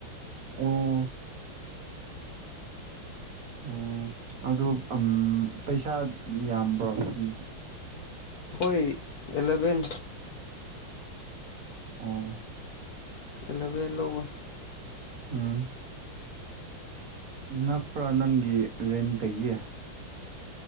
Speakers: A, on the right; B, on the left.
A: ꯑꯣ ꯑꯣ ꯑꯗꯨ ꯄꯩꯁꯥ ꯌꯥꯝꯕ꯭ꯔꯣ ꯐꯤꯗꯤ
B: ꯍꯣꯏ ꯑꯦꯂꯦꯚꯦꯟ
A: ꯑꯣ
B: ꯑꯦꯂꯚꯦꯟ ꯂꯧꯋꯦ
A: ꯑꯝ ꯅꯛꯄ꯭ꯔꯥ ꯅꯪꯒꯤ ꯔꯦꯟꯇꯒꯤ